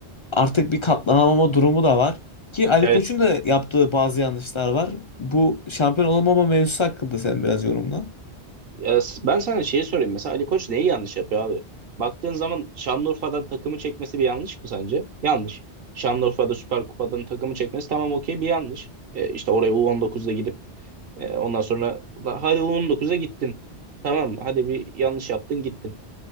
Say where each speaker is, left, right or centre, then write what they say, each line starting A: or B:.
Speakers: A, on the left; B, on the right.
A: artık bir katlanamama durumu da var. Ki Ali
B: Evet.
A: Koç'un da yaptığı bazı yanlışlar var. Bu şampiyon olamama mevzusu hakkında sen biraz yorumla.
B: Ya, s- ben sana şeyi sorayım mesela Ali Koç neyi yanlış yapıyor abi? Baktığın zaman Şanlıurfa'dan takımı çekmesi bir yanlış mı sence? Yanlış. Şanlıurfa'da Süper Kupa'dan takımı çekmesi tamam okey bir yanlış. E, işte oraya U19'da gidip Ee, ondan sonra la, hadi U19'a gittin. Tamam mı? Hadi bir yanlış yaptın gittin.